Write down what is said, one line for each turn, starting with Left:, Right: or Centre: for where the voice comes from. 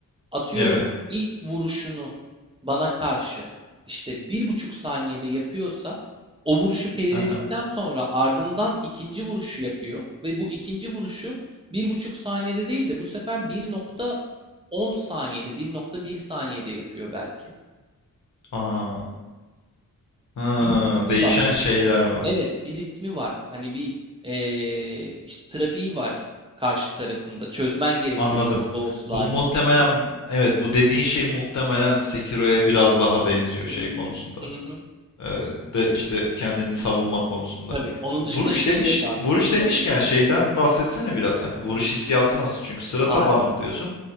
Right: atıyorum
Left: Evet.
Right: ilk vuruşunu bana karşı işte bir buçuk saniyede yapıyorsa o vuruşu periledikten
Left: Aha.
Right: sonra ardından ikinci vuruşu yapıyor ve bu ikinci vuruşu bir buçuk saniyede değil de bu sefer bir nokta on saniyede bir nokta bir saniyede yapıyor belki.
Left: Aa, ha,
Right: Bir ritmi
Left: değişen
Right: var.
Left: şeyler var.
Right: Evet, bir ritmi var. Hani bir eee, işte trafiği var karşı tarafında. Çözmen gerekiyor
Left: Anladım.
Right: yine Souls'lardaki
Left: Bu muhtemelen
Right: gibi.
Left: evet bu dediğin şey muhtemelen Sekiro'ya biraz daha benziyor şey
Right: Hı
Left: konusunda.
Right: hı, hı hı.
Left: Ee, de işte kendini savunma konusunda.
Right: Tabii. Onun
Left: Vuruş
Right: dışında şey
Left: demiş
Right: yok abi.
Left: vuruş demişken
Right: Tabii.
Left: şeyden bahsetsene biraz hani vuruş hissiyatı nasıl? Çünkü sıra
Right: Harika.
Left: tabanlı diyorsun.